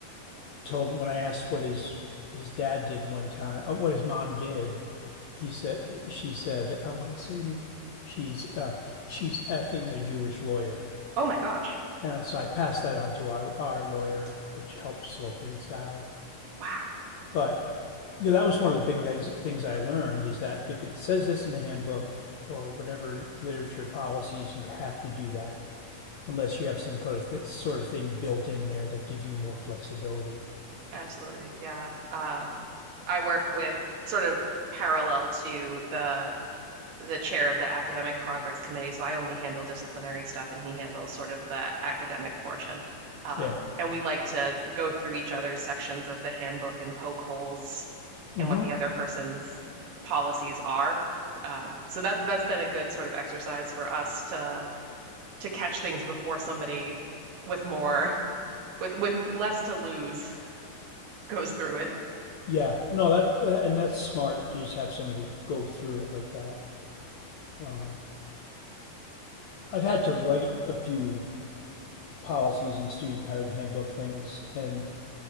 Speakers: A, on the left (about 70°); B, on the right (about 80°).
A: told me when I asked what his his dad did one time, uh, what his mom did, he said, she said, uh, what did he say to me? She's uh, she's effing a Jewish lawyer.
B: Oh my gosh.
A: Uh, so I passed that on to our, our lawyer, which helped slow things down.
B: Wow.
A: But you know, that was one of the big things, things I learned is that if it says this in the handbook or whatever literature policies, you have to do that unless you have some kind of th- sort of thing built in there that gives you more flexibility.
B: Absolutely. Yeah. Um, I work with sort of parallel to the the chair of the academic progress committee, so I only handle disciplinary stuff and he handles sort of the academic portion. Um,
A: Yeah.
B: and we like to go through each other's sections of the handbook and poke holes
A: Mm-hmm.
B: in what the other person's policies are. Um, so that's that's been a good sort of exercise for us to to catch things before somebody with more with with less to lose <laughs> goes through it.
A: Yeah. No, that uh, and that's smart to just have somebody go through it like that. Um, I've had to write a few policies and student powered handbook things, and